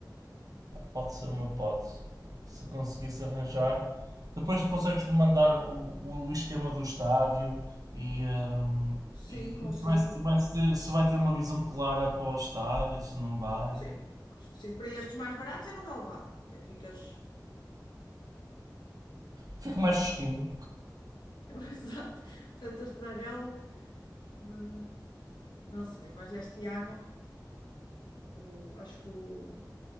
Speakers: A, on the right; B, on the left.
A: pode ser uma hipótese. Se conseguisse arranjar. Depois tu consegues-me mandar o, o esquema do estádio e, hum,
B: Sim,
A: e,
B: consigo.
A: e se, vai, se vai ter, se vai ter uma visão clara para o estádio, se não vai.
B: Sim, acho assim, para estes mais baratos é no relvado, até ficas.
A: Fico
B: <laughs>
A: mais fresquinho.
B: Exato, tantas na relva. Ah, Não sei, mas este ano o- acho que o,